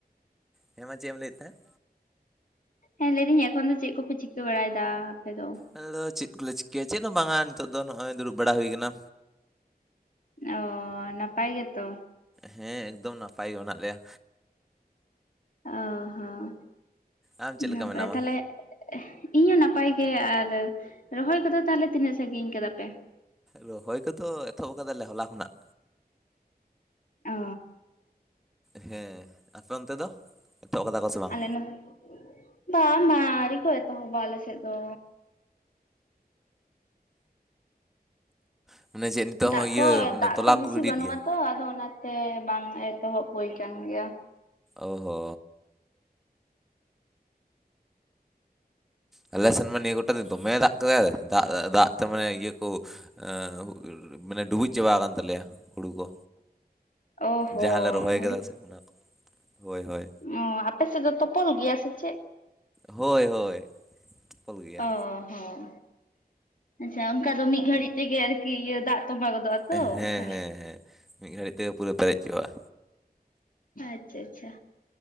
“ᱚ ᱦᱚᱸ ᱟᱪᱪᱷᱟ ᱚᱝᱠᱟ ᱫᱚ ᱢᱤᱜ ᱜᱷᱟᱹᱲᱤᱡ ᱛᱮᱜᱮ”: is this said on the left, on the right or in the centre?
Left